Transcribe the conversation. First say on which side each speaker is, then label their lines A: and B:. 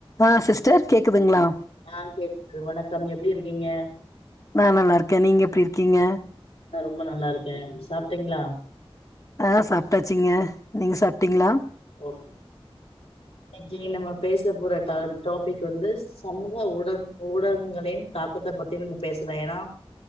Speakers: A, on the left; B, on the left.
A: ஆ sister கேக்குதுங்ளா
B: ஆ கேக்குது வணக்கம் எப்டி இருக்கீங்க
A: நா நல்லார்க்கே நீங்க எப்டி இருக்கீங்க
B: நா ரொம்ப நல்லார்க்கே சாப்ட்டீங்ளா
A: ஆ சாப்ட்டாச்சிங்க நீங்க சாப்ட்டீங்ளா
B: ஓகே இன்னிக்கி நம்ம பேச போற தலைப் டாப்பிக் வந்து சமூக ஊடங் ஊடகங்களின் தாக்கத்த பத்தி நம்ம பேசலா ஏனா